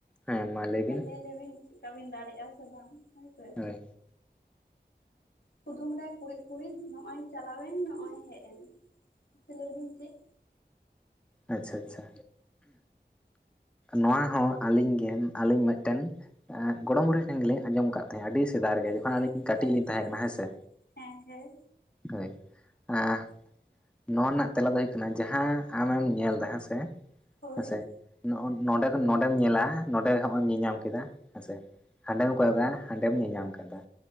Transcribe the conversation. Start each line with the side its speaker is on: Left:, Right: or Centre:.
Centre: ᱦᱮᱸ ᱢᱟ
Left: ᱟᱪᱪᱷᱟ
Centre: ᱵᱤᱱ
Left: ᱞᱟᱹᱭ ᱞᱮᱵᱤᱱ ᱪᱮᱫ ᱠᱟᱵᱤᱱ ᱫᱟᱲᱮᱭᱟᱜᱼᱟ ᱥᱮ ᱵᱟᱝ ᱦᱮᱸ‌ ᱥᱮ
Centre: ᱦᱳᱭ
Left: ᱠᱩᱫᱩᱢ ᱨᱮ ᱠᱩᱢᱤᱫ ᱠᱩᱬᱤᱫ ᱱᱚᱜ-ᱚᱭ ᱪᱟᱞᱟᱣᱮᱱ ᱱᱚᱜ-ᱚᱭ ᱦᱮᱡ ᱮᱱ ᱢᱟᱥᱮ ᱞᱟᱹᱭ ᱵᱤᱱ ᱪᱮᱫ?
Centre: ᱟᱪᱪᱷᱟ ᱟᱪᱪᱷᱟ ᱱᱚᱣᱟ ᱦᱚᱸ ᱟᱹᱞᱤᱧ ᱜᱮ ᱟᱹᱞᱤᱧ ᱢᱤᱫᱴᱮᱱ ᱜᱚᱲᱚᱢ ᱵᱩᱲᱦᱤ ᱴᱷᱮᱱ ᱜᱮᱞᱤᱧ ᱟᱸᱡᱚᱢ ᱟᱠᱟᱫ ᱛᱟᱸᱦᱮᱱ ᱟᱹᱰᱤ ᱥᱮᱫᱟᱭ ᱨᱮᱜᱮ
Left: ᱟᱪᱪᱷᱟ
Centre: ᱡᱚᱠᱷᱚᱱ ᱟᱹᱞᱤᱧ ᱠᱟᱹᱴᱤᱡ
Left: ᱟᱪᱪᱷᱟ
Centre: ᱞᱤᱧ ᱛᱟᱦᱮᱸ ᱠᱟᱱᱟ ᱦᱮᱸ ᱥᱮ
Left: ᱦᱮᱸ ᱦᱮᱸ
Centre: ᱦᱳᱭ, ᱟᱸᱻ ᱱᱚᱣᱟ ᱨᱮᱱᱟᱜ ᱛᱮᱞᱟ ᱫᱚ ᱦᱩᱭᱩᱜ ᱠᱟᱱᱟ ᱡᱟᱦᱟᱸ ᱟᱢᱮᱢ ᱧᱮᱞᱫᱟ ᱦᱮᱸ ᱥᱮ,
Left: ᱦᱳᱭ
Centre: ᱦᱮᱸ ᱥᱮ ᱱᱚ ᱱᱚᱰᱮ ᱱᱚᱰᱮᱢ ᱧᱮᱞᱟ ᱱᱚᱰᱮ ᱦᱚᱸᱜᱼᱚᱭᱢ ᱧᱮᱞᱧᱟᱢ ᱠᱮᱫᱟ ᱦᱮᱸᱥᱮ ᱦᱟᱸᱰᱮᱢ ᱠᱚᱭᱚᱜᱟ ᱦᱟᱸᱰᱮᱢ ᱧᱮᱧᱟᱢ ᱠᱮᱫᱟ